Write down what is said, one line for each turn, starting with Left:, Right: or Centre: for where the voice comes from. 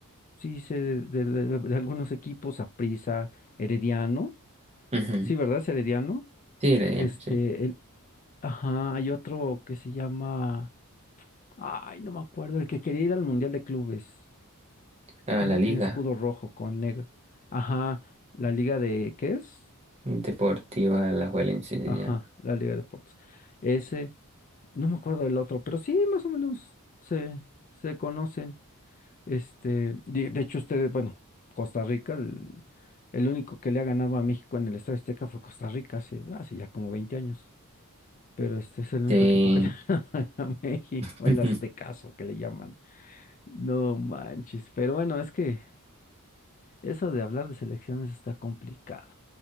Left: Sí, sé de, de- de- de algunos equipos, Aprisa, Herediano.
Right: Ujú.
Left: Sí, ¿verdad? Es Herediano.
Right: Tigre,
Left: Este,
Right: Diana, sí.
Left: el, ajá, hay otro que se llama. Ay, no me acuerdo, el que quería ir al Mundial de Clubes.
Right: a
Left: Uno
Right: la
Left: que
Right: Liga
Left: tiene escudo rojo con negro. Ajá, la Liga de. ¿Qué es?
Right: Deportiva Alajuelense se
Left: Ajá,
Right: llama.
Left: la Liga de Deportes. Ese, no me acuerdo del otro, pero sí, más o menos se, se conocen. Este, de, de hecho, ustedes, bueno, Costa Rica, el, el único que le ha ganado a México en el Estadio Azteca fue Costa Rica hace, hace ya como 20 años. Pero este es el único
Right: Sí,
Left: equipo que le <laughs> ha ganado a México,
Right: <laughs>
Left: el Aztecaso que le llaman. No manches. Pero bueno, es que eso de hablar de selecciones está complicado.